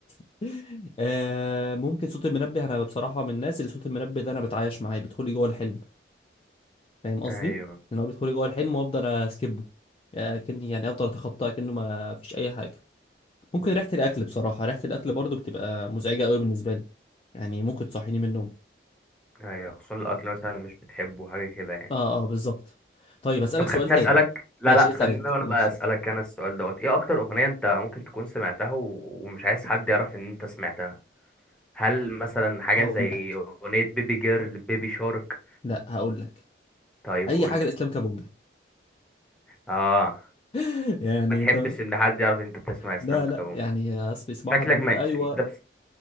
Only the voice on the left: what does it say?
<laughs> آه ممكن صوت المنبه انا بصراحه من الناس اللي صوت المنبه ده انا بتعايش معاه بيدخل لي جوه الحلم فاهم قصدي
ان هو بيدخل لي جوه الحلم وافضل اسكبه آه، كني يعني افضل اتخطاه كانه ما فيش اي حاجه ممكن ريحه الاكل بصراحه ريحه الاكل برضه بتبقى مزعجه قوي بالنسبه لي يعني ممكن تصحيني من النوم
اه اه بالظبط طيب اسالك
سؤال
تاني
ماشي
اسال
انت
ماشي
اسال
هقول
لك
لا هقول لك
اي
حاجه
الاسلام كبونجا
<laughs> يعني
انت
لا
لا يعني اسمع اسمع
حد بيقول
ايوه